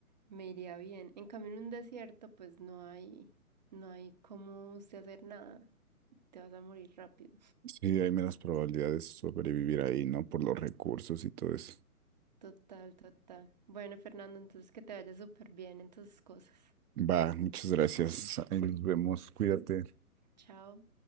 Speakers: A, on the right; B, on the right.
A: me iría bien. En cambio, en un desierto, pues no hay, no hay cómo usted hacer nada, te vas a morir rápido,
B: Sí, hay menos probabilidades de sobrevivir ahí, ¿no? Por los recursos y todo eso.
A: total, total. Bueno, Fernando, entonces que te vaya súper bien en tus cosas.
B: Va, muchas gracias. Ahí nos vemos. Cuídate.
A: Chao.